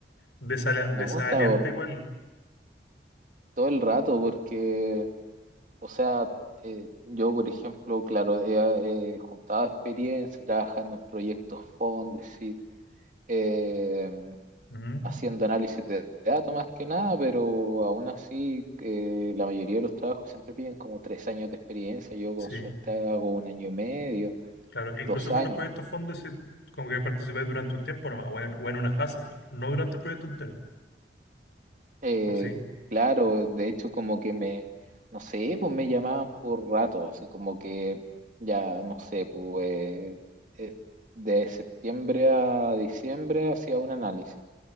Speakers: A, on the left; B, on the right.
A: desala- desalienta
B: no, estaba
A: igual.
B: todo el rato porque... O sea, eh, yo, por ejemplo, claro, he eh, juntado experiencia trabajando en proyectos Fondesit, eh,
A: Mm,
B: haciendo análisis de datos más que nada, pero aún así eh, la mayoría de los trabajos siempre piden como tres años de experiencia. Yo
A: sí,
B: con suerte hago un año y medio,
A: claro, incluso
B: dos
A: con
B: años.
A: los proyectos fondos, sí, como que participáis durante un tiempo nomás, o en, o en una fase, no durante el proyecto entero,
B: Eh,
A: ¿o sí?
B: claro, de hecho como que me, no sé, pues me llamaban por rato, así como que ya, no sé, pues eh, de septiembre a diciembre hacía un análisis